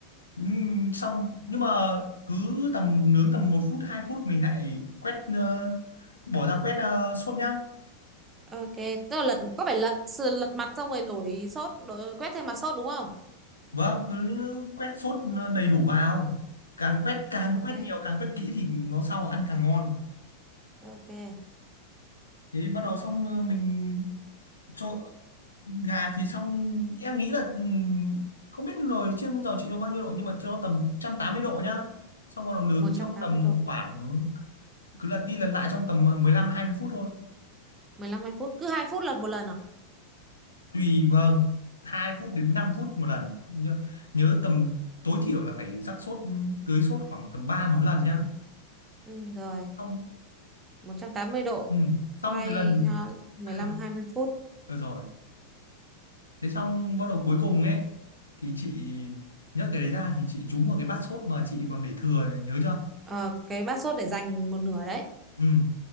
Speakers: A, on the left; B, on the right.
A: Ừm, xong nhưng mà cứ tầm nướng tầm một phút 2 phút mình lại quét ờ, bỏ ra quét ờ, sốt nhá
B: ok. Tức là lật có phải lật sự lật mặt xong rồi đổi sốt, đổi quét thêm mặt sốt đúng không?
A: vâng cứ quét sốt đầy đủ vào càng quét càng
B: Ok,
A: quét nhiều càng quét kỹ thì nó sau ăn càng ngon
B: ok.
A: thế bắt đầu xong ờ, mình cho gà thì xong em nghĩ là ừm, không biết nồi chiên không dầu chị cho bao nhiêu độ nhưng mà cho tầm 180 độ nhá xong bắt đầu nướng
B: một trăm
A: trong
B: tám
A: tầm
B: mươi độ,
A: khoảng cứ lật đi lật lại trong tầm mười lăm hai mươi phút thôi
B: 15 2 phút, cứ hai phút lật một lần à?
A: tùy vâng 2 phút đến 5 phút một lần nhớ, nhớ tầm tối thiểu là phải rắc sốt ừ, tưới sốt khoảng tầm 3 4 lần nhá
B: Ừ rồi,
A: xong
B: một trăm tám mươi độ.
A: ừm, xong
B: Quay
A: cái lần
B: à, mười
A: à,
B: lăm hai mươi phút.
A: được rồi thế xong bắt đầu cuối cùng ấy thì chị nhấc cái đấy ra thì chị rúm vào cái bát sốt mà chị còn để thừa nhớ chưa
B: Ờ, cái bát sốt để dành một nửa đấy,
A: Ừ,